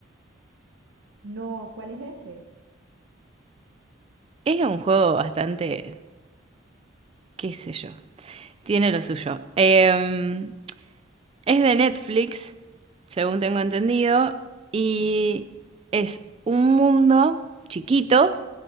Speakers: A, on the right; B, on the right.
A: No, ¿cuál es ese?
B: Es un juego bastante, qué sé yo, tiene lo suyo. Em, Es de Netflix, según tengo entendido, y
A: Sí,
B: es un mundo chiquito